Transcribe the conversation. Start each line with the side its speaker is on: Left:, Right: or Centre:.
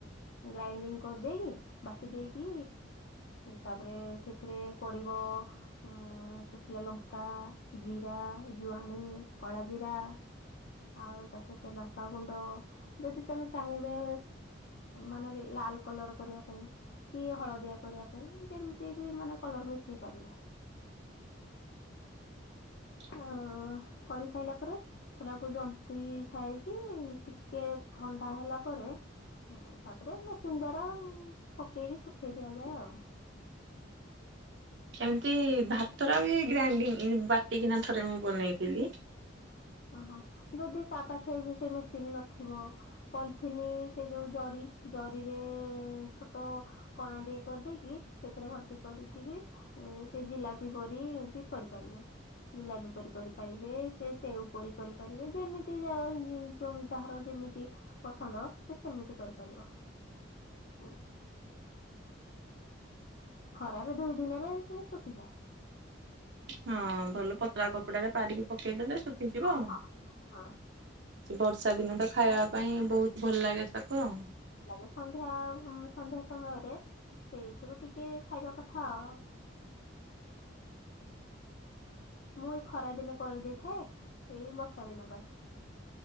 Left: ଗ୍ରାଇଣ୍ଡିଙ୍ଗ୍ କରିଦେଇକି ବାଟି ଦେଇକି ତାପରେ ସେଥିରେ ପଡିବ ଉଁ ଶୁଖିଲା ଲଙ୍କା, ଜିରା, ଜୁଆଣି, କଳାା ଜିରା ଆଉ ତା ସହିତ ଲଙ୍କାାଗୁଣ୍ଡ ଯଦି ତମେ ଚାହିଁବେ ମାନେ ଲାଲ୍ କଲର୍ କରିବା ପାଇଁ କି ହଳଦିଆ କରିବା ପାଇଁ ଯେମିତି ବି ମାନେ କଲର ମିଶେଇ ପାରିବେ।
Right: <inaudible>
Left: ଆଉ କରିସାରିଲା ପରେ ସେଟାକୁ ଜନ୍ତି ସାଇକି ଟିକେ ଥଣ୍ଡା ହେଲା ପରେ ହ ତାପରେ ମେସିନ୍ ଦ୍ଵାରା ପକେଇକି ଶୁଖେଇ ଦିଆଯାଏ ଆଉ।
Right: ସେମିତି ଭାତରା ବି ଗ୍ରାଇଣ୍ଡି ବାଟିକିନା ଥରେ ମୁଁ ବନେଇଥିଲି।
Left: ଓହୋ ଯଦି କାହା ପାଖେ ସେ ମେସିନ୍ ନଥିବ ପଲିଥିନ୍ ସେ ଯୋଉ ଜରି ଜରିରେ ଛୋଟ କଣା ଟିକେ କରିଦେଇକି ସେଥିରେ ଭର୍ତ୍ତି କରିକି ବି ସେ ଜିଲାପି ପରି ବି କରିପାରିବେ ଜିଲାପି ପ କରିପାରିବେ ସେ ସେଉପରି କରିପାରିବେ ଯେମିତି ଯାହାର ଯେମିତି ପସନ୍ଦ ସେ ସେମିତି କରିପାରିବ ଉ। ଖରାରେ ଦୁଇ ଦିନରେ ଶୁଖିଯାଏ।
Right: ହଁ ଭଲ ପତଳା କପଡାରେ ପାରିକି ପକେଇଦେଲେ ଶୁଖିଯିବ।
Left: ହଁ ହଁ,
Right: ସେ ବର୍ଷା ଦିନ ତ ଖାଇବା ପାଇଁ ବହୁତ୍ ଭଲ ଲାଗେ ତାକୁ ଆଉ।
Left: ଲବ ସନ୍ଧ୍ୟା ଆଉ ସନ୍ଧ୍ୟା ସମୟରେ ସେଇଥିରୁ ଟିକେ ଖାଇବା କଥା ଆ ମୁଁ ଏଇ ଖରା ଦିନେ କରିଦେଇଥାଏ ଏଇ ବର୍ଷା ଦିନ ପାଇଁ।